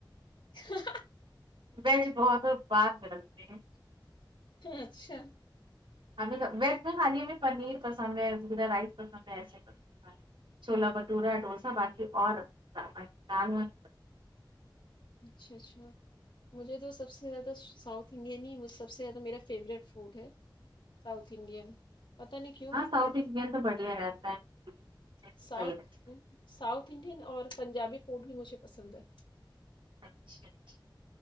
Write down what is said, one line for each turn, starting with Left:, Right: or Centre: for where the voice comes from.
Left: ہ
Right: ویسے بہت بات ملتے ہیں
Left: اچھا
Right: ہم ویج میں کھے میں پنیر پسند ہے زا رائس پسند ہے ایسے چھولا بھٹورا ڈوسا باقی اور دال
Left: اچھا اچھا مجھے تو سب سے زیادہ ساؤتھ انڈین ہی سب سے زیادہ میرا فیوریٹ فوڈ ہے ساؤتھ انڈین پتا نہیں کیوں
Right: ہاں ساؤتھ
Left: لیکن
Right: انڈین تو بڑھیا رہتا ہے صحیح
Left: ساؤتھ
Right: رہتا
Left: ساؤتھ انڈین اور پنجابی فوڈ بھی مجھے پسند ہے
Right: اچھا اچھا